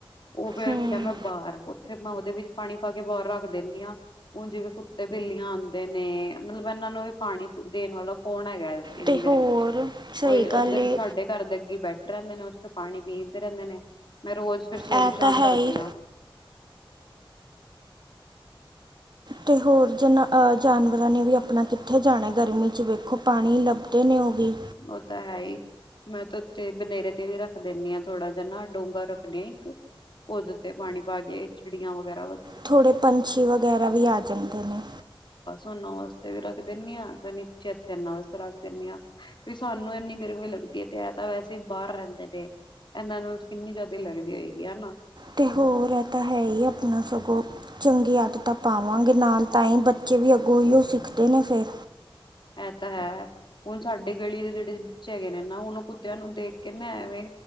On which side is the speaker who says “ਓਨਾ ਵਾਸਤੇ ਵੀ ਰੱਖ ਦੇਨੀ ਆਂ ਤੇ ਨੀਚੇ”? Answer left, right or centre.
Left